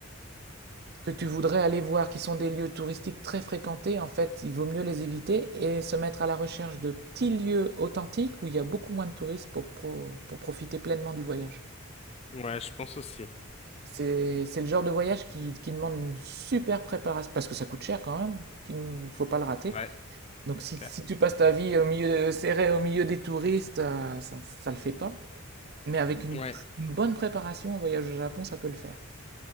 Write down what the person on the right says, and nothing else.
que tu voudrais aller voir, qui sont des lieux touristiques très fréquentés, en fait, il vaut mieux les éviter et se mettre à la recherche de petits lieux authentiques où il y a beaucoup moins de touristes pour, pro- pour profiter pleinement du voyage.
C'est c'est- le genre de voyage qui, qui demande une super préparation, parce que ça coûte cher quand même, qu'il ne faut pas le rater.
Donc si,
si tu passes ta vie au milieu de, serré au milieu des touristes, euh, ça ne le fait pas. Mais avec une,
une bonne préparation, un voyage au Japon, ça peut le faire.